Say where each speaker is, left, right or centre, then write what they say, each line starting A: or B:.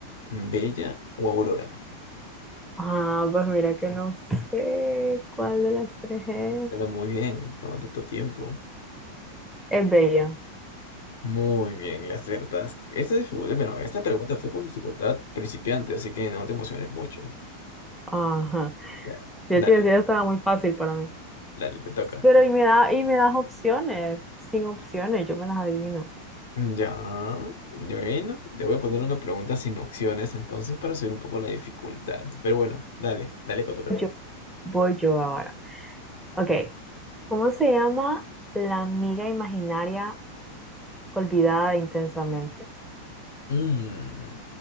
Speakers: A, on the left; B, in the centre.
A: Bella o Aurora.
B: Ah, pues mira que no sé cuál de las tres es.
A: Será muy bien, tómate tu tiempo.
B: Es Bella.
A: Muy bien, le acertaste. Esta dificultad, bueno, esta pregunta fue con dificultad principiante, así que no te emociones mucho.
B: Ajá.
A: Ya,
B: Ya
A: Dale,
B: te decía,
A: dale,
B: estaba muy fácil para mí.
A: dale, te toca.
B: Pero y me da, y me das opciones. Sin opciones, yo me las adivino.
A: Ya, y bueno, te voy a poner una pregunta sin opciones entonces para subir un poco la dificultad. Pero bueno, dale, dale con tu pregunta.
B: Yo voy yo ahora. Ok. ¿Cómo se llama la amiga imaginaria olvidada de intensamente?
A: Mm,